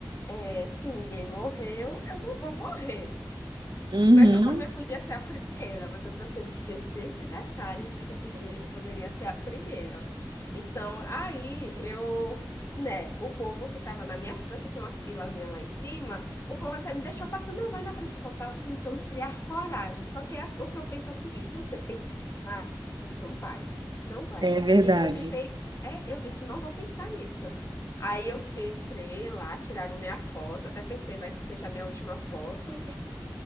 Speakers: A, on the left; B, on the right.
A: é, se ninguém morreu, eu não vou morrer.
B: Uhum,
A: Mas eu também podia ser a primeira, mas eu preferi esquecer esse detalhe de que eu podia, poderia ser a primeira. Então, aí eu, né, o povo que tava na minha fila, que tinha uma filazinha lá em cima, o povo até me deixou passando, não, vai na frente, que o povo tava tentando criar coragem. Só que é o que eu penso é o seguinte, quando você pensa, mais, não vai, não vai.
B: é verdade.
A: Então eu tentei, é, eu disse, não vou pensar nisso. Aí eu entrei lá, tiraram minha foto, até pensei, vai que seja a minha última foto